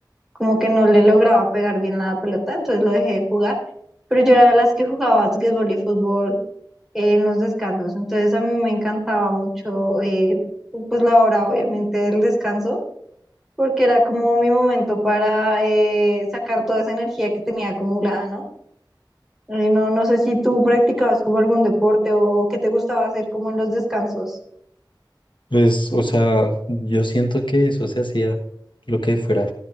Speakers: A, in the centre; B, on the left (about 80°).
A: como que no le lograba pegar bien la pelota, entonces lo dejé de jugar. Pero yo era de las que jugaba básquetbol y fútbol en los descansos, entonces a mí me encantaba mucho, eh, pues la hora obviamente del descanso, porque era como mi momento para eh, sacar toda esa energía que tenía acumulada, ¿no? Ay, no, no sé si tú practicabas como algún deporte o, o qué te gustaba hacer como en los descansos.
B: Pues, o sea, yo siento que eso se hacía lo que fuera.